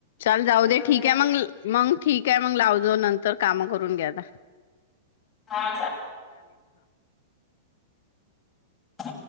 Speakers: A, on the left (about 60°); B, on the left (about 20°).
A: ल जाऊ
B: ठेवत
A: दे ठीक
B: नाही.
A: आहे मग मग ठीक आहे मग लाव जाो नंतर काम करून घ्याता
B: हा ह